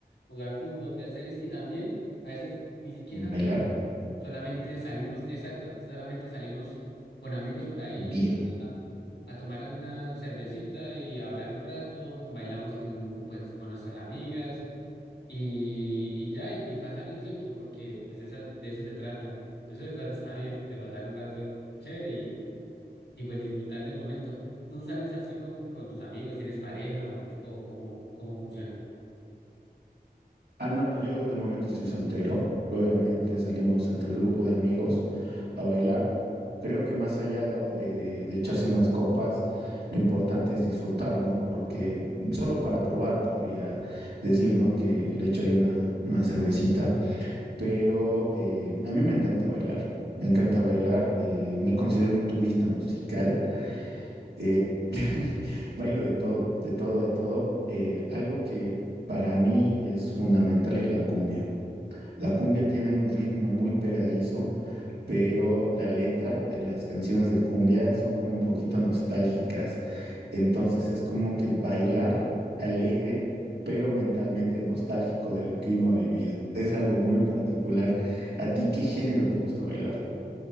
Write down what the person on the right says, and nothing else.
bailar.
Bien.
Ah, no, yo de momento estoy soltero. Obviamente salimos entre el grupo de amigos a bailar. Creo que más allá de, de- de- de echarse unas copas, lo importante es disfrutar, ¿no? Porque solo para probar podría decir, ¿no? Que le echo ahí una, una cervecita. Pero eh, a mí me encanta bailar. Me encanta bailar. eh, me considero un turista musical. Eh, <laughs> bailo de todo, de todo, de todo. Eh, algo que para mí es fundamental es la cumbia. La cumbia tiene un ritmo muy pegadizo, pero la letra de las canciones de cumbia son como un poquito nostálgicas. Entonces es como que bailar alegre, pero mentalmente nostálgico de lo que uno ha vivido. Es algo muy particular. ¿A ti qué género te gusta bailar?